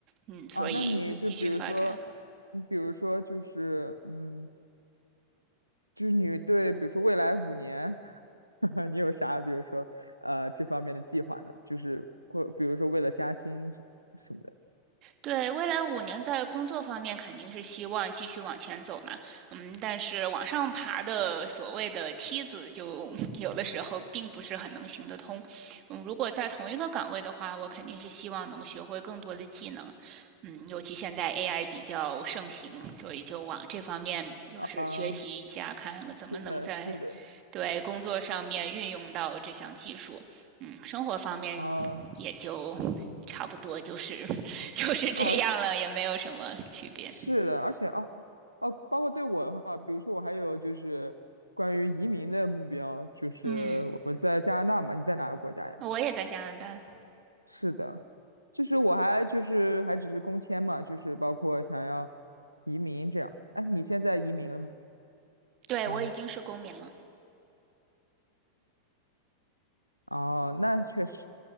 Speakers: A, on the right; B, on the right.
A: 嗯，所以就继续发展。
B: 啊，那你就比如说，你比如说就是嗯，就是你对比如说未来五年。<laughs> 你有啥比如说呃这方面的计划呢？就是或比如说为了加薪什什么的
A: 对，未来五年在工作方面肯定是希望继续往前走嘛。嗯，但是往上爬的所谓的梯子就 <laughs>，有的时候并不是很能行得通。嗯，如果在同一个岗位的话，我肯定是希望能学会更多的技能。嗯，尤其现在 AI 比较盛行，所以就往这方面就是学习一下，
B: 啊，
A: 看怎么能在
B: 是的，是的，
A: 对工作上面运用到这项技术，嗯，生活方面也就
B: 啊
A: 差不多就是 <laughs> 就是这样了，
B: 啊，
A: 也没有什么区别。
B: 是的，而且啊哦，包括对我的话，比如说我还有就是关于移民的目标，就是我在加拿大嘛，
A: 嗯，
B: 你在哪个国家呀？
A: 我也在加拿大，
B: 是的，就是我还就是还只是工签嘛，就是包括想要移民这样。哎，你现在移民了
A: 对我已经是公民了。
B: 吗？哦，那确实，